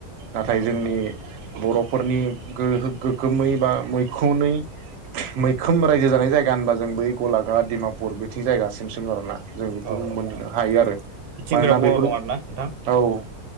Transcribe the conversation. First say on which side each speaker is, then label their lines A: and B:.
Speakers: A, on the right; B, on the right.
A: नाथाय
B: नंगौ
A: जोंनि
B: नोंथां
A: बर'फोरनि गोहो गोखोमै बा मैखुनै मैखोम रायजो जानाय जायगा होनबा जों बै गलाघाट डिमापुर बेथिं जायगासिम सोमोन आरोना जों बेखौ
B: औ औ
A: मोननो
B: नोंथां
A: हायो
B: औ
A: आरो
B: बिथिं
A: मानोना
B: बिराद बर'
A: बैफोरो
B: दं आरोना नोंथां
A: औ